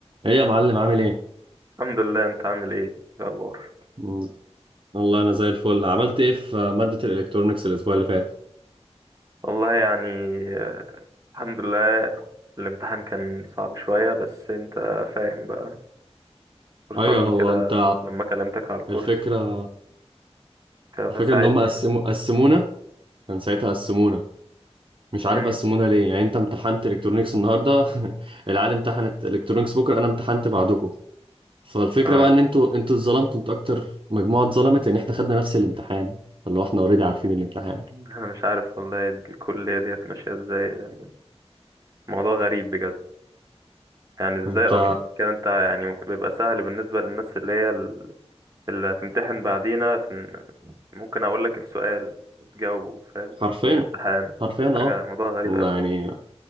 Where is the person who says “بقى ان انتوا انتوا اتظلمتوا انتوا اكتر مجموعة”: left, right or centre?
Right